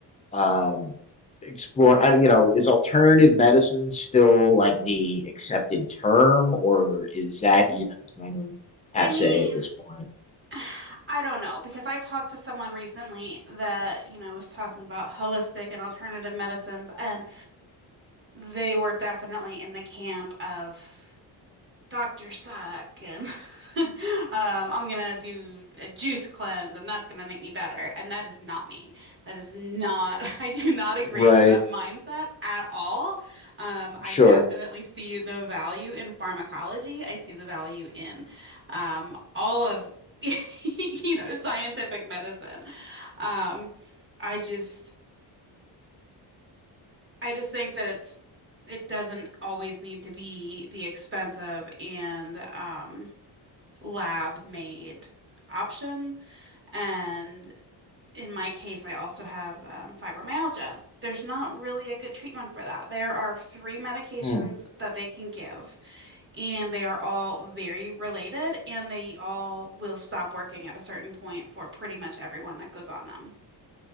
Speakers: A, on the left; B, on the right.
A: um, explore. I, you know, is alternative medicine still like the accepted term, or is that even kind of passe
B: I mean,
A: at this point?
B: <sighs> I don't know because I talked to someone recently that, you know, was talking about holistic and alternative medicines, and they were definitely in the camp of Dr. Suck and <laughs> um, I'm gonna do a juice cleanse and that's gonna make me better. And that is not me. That is not, <laughs> I do not agree
A: Right.
B: with that mindset at all. Um, I
A: Sure.
B: definitely see the value in pharmacology. I see the value in um, all of, <laughs> you know, scientific medicine. Um, I just, I just think that it's, it doesn't always need to be the expensive and, um, lab made option. And in my case, I also have um, fibromyalgia. There's not really a good treatment for that. There are three medications
A: Hmm.
B: that they can give, and they are all very related, and they all will stop working at a certain point for pretty much everyone that goes on them.